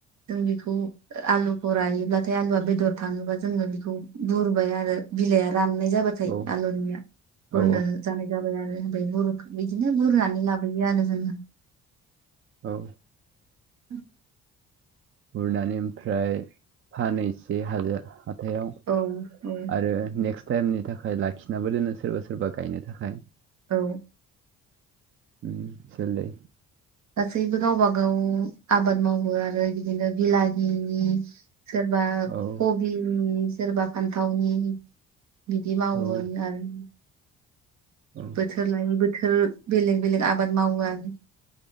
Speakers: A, on the right (about 65°); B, on the right (about 45°).
A: जों बेखौ आलुखौ रायोब्लाथाय आलुआ बेदर थाङोबा जोङो बेखौ बुरबाय आरो। बिलाइआ राननाय जाबाथाय
B: औ
A: आलुनिया बुरनो
B: औ
A: जानाय जाबाय आरो ओमफ्राय बिदिनो बुरनानै लाबोयो आरो जोङो
B: औ।
A: <unintelligible>
B: गुरनानै ओमफ्राय फानो‌ एसे हाजार थायाव
A: औ औ
B: आरो नेक्स्ट टाइमनि थाखाय लाखिनाबो दोनो सोरबा सोरबा गायनो थाखाय
A: औ।
B: उम जोलै
A: गासैबो गावबा गाव आबाद मावो आरो बिदिनो बिलाहिनि सोरबा
B: औ
A: कबिनि सोरबा फान्थावनि बिदि मावोन
B: औ
A: आरो।
B: औ
A: बोथोर लायै बोथोर बेलेग बेलेग आबाद मावो आरो।